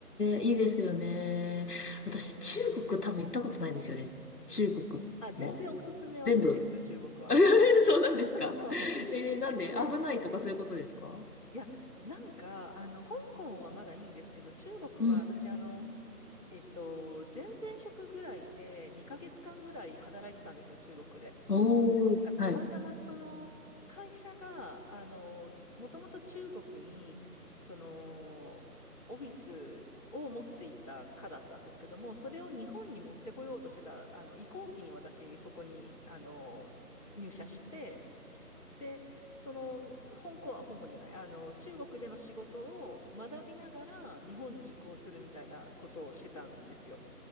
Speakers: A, on the left (about 70°); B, on the left (about 25°).
A: えいいですよね。
B: いいですね。
A: 私、中国多分行ったことないですよね。中国も。
B: あ、全然おすすめはしないですよ、
A: 全部。
B: 中国は。
A: <laughs> そうなんですか。
B: <laughs> あのはい。
A: ええなんで、
B: <laughs> あの
A: 危ないとかそういうことですか
B: いや、なんか、あの、香港はまだいいんですけど、中国は私、
A: うん。
B: あの、えっと、前々職ぐらいで2ヶ月間ぐらい働いてたんですよ、中国で。
A: おー、
B: なんかたまたまその会社が、
A: はい。
B: あの、もともと中国に、その、オフィスを持っていた課だったんですけども、それを日本に持ってこようとしてた、あの、移行期に私、そこに、あの、入社して、で、その、香港、香港じゃない、あの、中国での仕事を学びながら日本に移行するみたいなことをしてたんですよ。